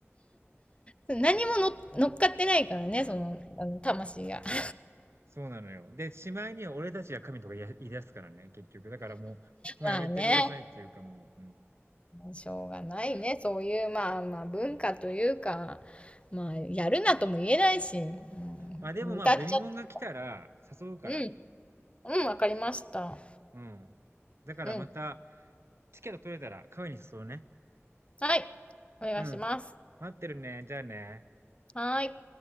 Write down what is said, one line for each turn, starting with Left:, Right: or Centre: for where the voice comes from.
Left: 何もの乗っかってないからね、その、あの、魂が。<laughs>
Right: そうなのよ。で、しまいには俺たちが神とか言い言い出すからね、結局。だからもう、もうやめてくださいっていうかもう、
Left: まあね、
Right: うん。
Left: しょうがないね。そういう、まあまあ、文化というか、まあ、やるなとも言えないし、
Right: まあでもまあ、
Left: うん、歌っちゃって。
Right: ベミモンが来たら誘うから。
Left: うん、うん、わかりました。
Right: うん。だからまた、
Left: うん。
Right: チケット取れたらカフェに誘うね。
Left: はい、お願いします。
Right: うん。待ってるね。じゃあね。
Left: はーい。